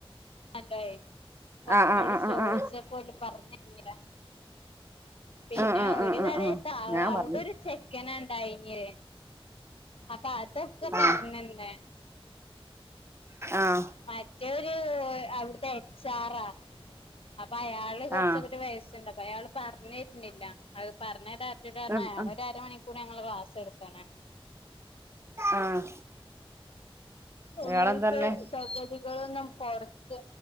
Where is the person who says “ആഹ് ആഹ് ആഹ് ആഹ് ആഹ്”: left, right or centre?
Right